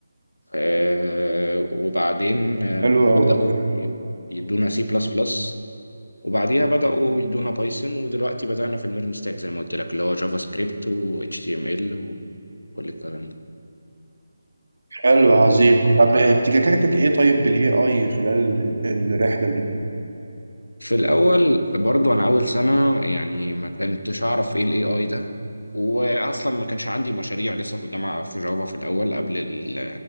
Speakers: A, on the left; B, on the right.
A: آه، وبعدين آه،
B: حلو
A: بدأوا
B: أوي حلو
A: ي- يدونا سي بلس بلس وبعديها بدأوا يدونا بايثون ودلوقتي بدأنا في الميرن ستاك زي ما قلت لك اللي هو جافا سكريبت و HTML وكل الكلام ده
B: حلو، عظيم طب احتكاكاتك إيه طيب بالاي اي خلال ال- الرحلة دي؟
A: في الاول برضو انا اول سنه يعني ما كنتش اعرف ايه الاي اي ده واصلا ما كانش عندي مشاريع لسه في الجامعه في جافا في الاول قبل ال-